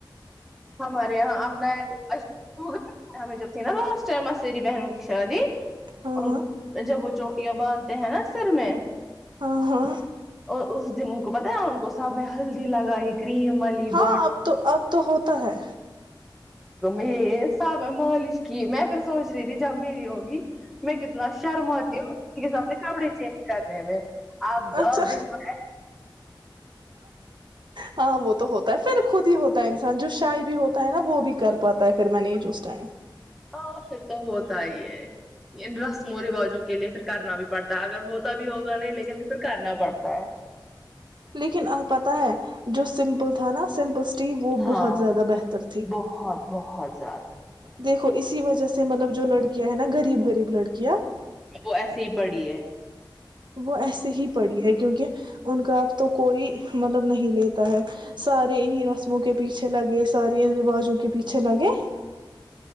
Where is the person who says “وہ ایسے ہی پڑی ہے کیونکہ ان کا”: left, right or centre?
Right